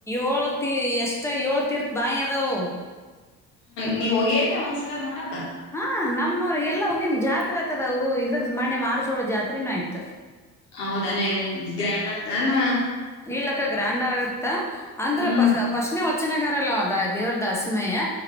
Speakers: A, in the centre; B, on the left (about 75°).
A: ಏಳು ತೀ ಎಷ್ಟ ಏಳು ತೀರ್ ಬಾಯಿ ಅದಾವ
B: ನೀ ಹೋಗಿ ಏನೂ ಒಂದ್ಸಲ ನೋಡಕ
A: ಹ ನಮ್ಮ್ರು ಎಲ್ಲಾ ಹೋಗಿನ್ ಜಾತ್ರೆ ಆತದವು ಇದ್ರದ ಮಣ್ಯ ಮಾರ್ಚೋಳೋ ಜಾತ್ರೆನೂ ಆಯ್ತು
B: ಹೌದಾನೇ ಗ್ರ್ಯಾಂಡ್ ಆಗ್ತಾನ
A: ಇಲಕ್ಕ ಗ್ರ್ಯಾಂಡ್ ಆಗತ್ತ ಅಂದ್ರ
B: ಹ್ಮ್
A: ಪಶ್ನೆ ವಚನಗ ಲ್ಲ ದೇವ್ರದ ಹಸಿಮಯ್ಯ